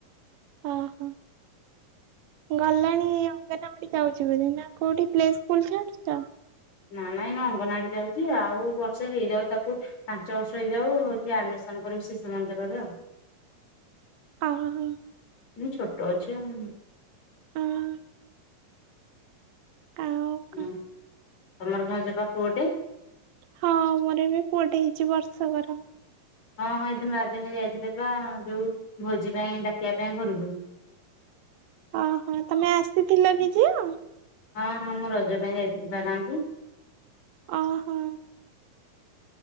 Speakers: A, on the right; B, on the left.
A: ଅହଃ। ଗଲାଣି ଅଙ୍ଗନାବାଡି ଯାଉଛି ବୋଧେ ନା କୋଉଠି ପ୍ଲେ ସ୍କୁଲ ଛାଡୁଚ?
B: ନା ନାଇଁ ଏନା ଅଙ୍ଗନଡି ଯାଉଛି ଆଉ ବର୍ଷେ ହେଇଯାଉ ତାକୁ ପାଞ୍ଚ ବର୍ଷ ହେଇଯାଉ ହଉଠି ଆଡମିସନ କରିବୁ ଶିଶୁ ମନ୍ଦିରରେ ଆଉ।
A: ଅହଃ।
B: ମୁଁ ଛୋଟ ଅଛି ଆଉ
A: ଅହଃ। ଆଉ
B: ହୁଁ
A: କଣ?
B: ତମର ଭାଉଜବା ପୁଅଟେ?
A: ହଁ ମୋର ଏବେ ପୁଅଟେ ହେଇଛି ବର୍ଷକର।
B: ହଁ ହଁ ଏଇଦିନ ରାଜା ଭାଇ ଯାଇଥିଲେ ପା ଯୋଉ ଭୋଜି ପାଇଁ ଡାକିବା ପାଇଁ ଘରୁକୁୁ।
A: ଓହୋ ତମେ ଆସିଥିଲ କି ଯିଅ?
B: ହଁ ହଁ ମୁଁ ରଜ ପାଇଁ ଯାଇଥିଲି ବା ଗାଁକୁ।
A: ଓହୋ।